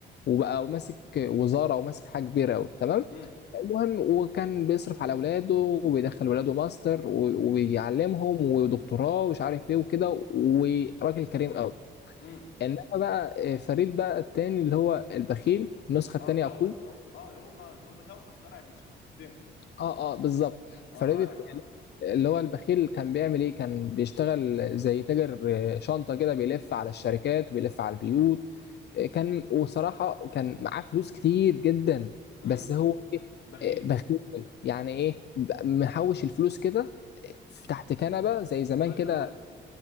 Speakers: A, on the left; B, on the left.
A: وبقى ماسك وزاره وماسك حاجه كبيره قوي تمام
B: مم.
A: المهم وكان بيصرف على اولاده وبيدخل ولاده ماستر و- وبيعلمهم ودكتوراه ومش عارف ايه وكده وراجل كريم قوي
B: مم.
A: انما بقى آه، فريد بقى التاني اللي هو البخيل النسخه التانيه
B: اه ده
A: اخوه
B: هو هو اه هو اه ده هم توأم طلع بشخصيتين
A: اه اه بالظبط
B: اه
A: فريدت
B: رائع اه
A: اللي هو البخيل كان بيعمل ايه كان بيشتغل زي تاجر آه، شنطة كده بيلف على الشركات وبيلف على البيوت آه، كان وصراحة كان معاه فلوس كتير جدا
B: مم.
A: بس هو إيه؟
B: بخيل
A: آه، بخيل يعني ايه ب- محوش الفلوس كده آه، تحت كنبة زي زمان
B: رزم
A: كده
B: رزم